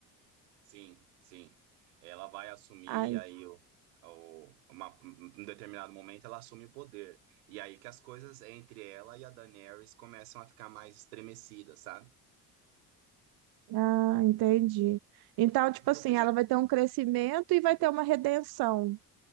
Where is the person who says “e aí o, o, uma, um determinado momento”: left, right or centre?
Right